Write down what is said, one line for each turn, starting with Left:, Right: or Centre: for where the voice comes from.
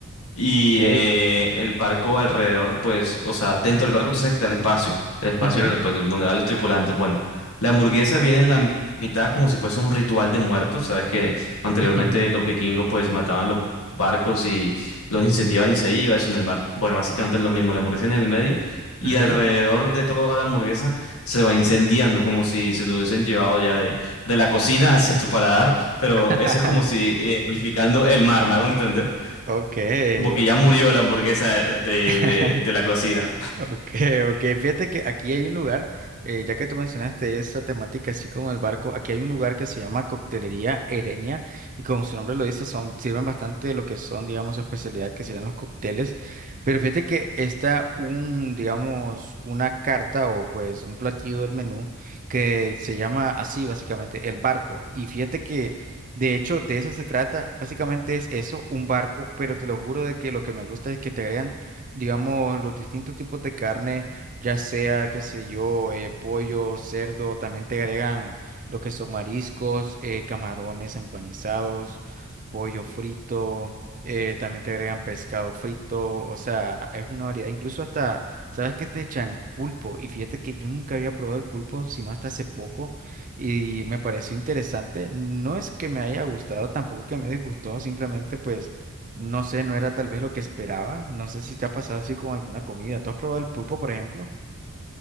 Left: y
Right: Ok.
Left: eh, el barco alrededor, pues, o sea, dentro del barco tú sabes que está el espacio, el espacio
Right: Ujú,
Left: donde, pues, donde van los tripulantes. Bueno, la hamburguesa viene en la mi- mitad como si fuese un ritual de muertos. Sabes que anteriormente
Right: ujú, ujú.
Left: los vikingos, pues, mataban los barcos y los incendiaban y se iba eso en el mar. Bueno, básicamente es lo mismo, la hamburguesa en el medio y
Right: Ujú.
Left: alrededor de toda la hamburguesa se va incendiando como si se lo hubiesen llevado ya de, de la cocina hacia tu paladar, pero
Right: <laughs>
Left: eso es como si eh, amplificando el mar, ¿me hago entender?
Right: Ok,
Left: Como que
Right: ok.
Left: ya murió la hamburguesa de,
Right: <laughs>
Left: de, de la cocina.
Right: Ok, ok. Fíjate que aquí hay un lugar, eh, ya que tú mencionaste esa temática así como el barco, aquí hay un lugar que se llama Coctelería Erenia y como su nombre lo dice, son, sirven bastante de lo que son, digamos, su especialidad, que serían los cócteles. Pero fíjate que está un, digamos, una carta o pues un platillo del menú que se llama así, básicamente, el barco. Y fíjate que... De hecho, de eso se trata. Básicamente es eso, un barco, pero te lo juro de que lo que me gusta es que te agregan digamos, los distintos tipos de carne, ya sea, qué sé yo, eh, pollo, cerdo, también te agregan lo que son mariscos, eh, camarones empanizados, pollo frito, eh, también te agregan pescado frito, o sea, es una variedad, incluso hasta, ¿sabes qué te echan? Pulpo, y fíjate que yo nunca había probado el pulpo, sino hasta hace poco, y me pareció interesante, no es que me haya gustado, tampoco es que me disgustó, simplemente pues... No sé, no era tal vez lo que esperaba. No sé si te ha pasado así con alguna comida. ¿Tú has probado el pulpo, por ejemplo?